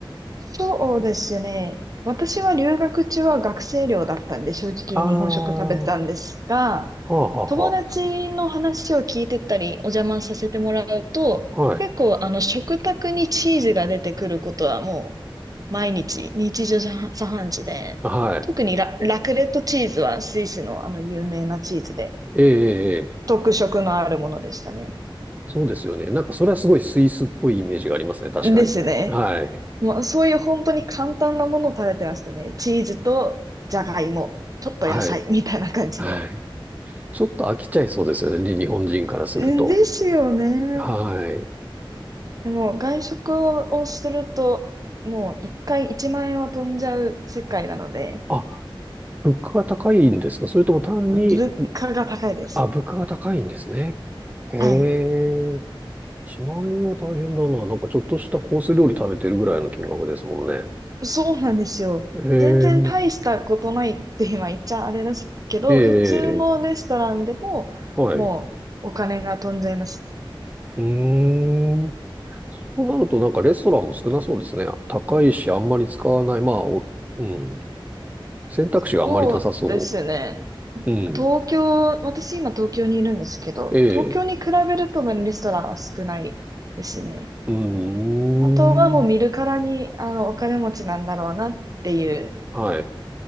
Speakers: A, on the right; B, on the right.
A: そうですね。私は留学中は学生寮だったんで、正直日本食食べてたんですが、
B: ああ、はあ、
A: 友達の話を聞いてたり、
B: は
A: お邪魔させてもらうと、
B: あはあ。
A: 結構あの食卓にチーズが出てくることはも
B: はい。
A: う毎日、日常茶飯事で、
B: はい。
A: 特にラ、ラクレットチーズはスイスのあの有名なチーズで、
B: ええ、ええええ
A: 特色のあるものでしたね。
B: そうですよね。なんかそれはすごいスイスっぽいイメージがありますね。確かに。
A: ですね。
B: はい。
A: もうそういう本当に簡単なものを食べてましたね。チーズとじゃがいも、ちょっと野菜みたいな感じで。
B: はい。はい。ちょっと飽きちゃいそうですよね、日本人からすると。
A: うんですよね。
B: はい。
A: でも外食をすると、もう一回1万円は飛んじゃう世界なので、
B: あ、物価が高いんですかそれとも単に、
A: 物価が高いです。
B: あ、物価が高いんですね。へえ。
A: はい。
B: 1万円は大変だな。なんかちょっとしたコース料理食べてるぐらいの金額ですもんね。
A: そうなんですよ。
B: へえ。
A: 全然大したことないって今言っちゃあれですけど、
B: え
A: 普通のレストランでももうお金が飛んじゃいます。
B: え。はい。うーん。そうなるとなんかレストランも少なそうですね。高いし、あんまり使わない。まあ、お、うん。選択肢があんまりなさそ
A: そうですね。
B: う。うん。
A: 東京、私今東京にいるんですけど、
B: ええ。
A: 東京に比べるとレストランは少ないですね。
B: うーん。
A: あとはもう見るからに、あの、お金持ちなんだろうなっていう
B: はい。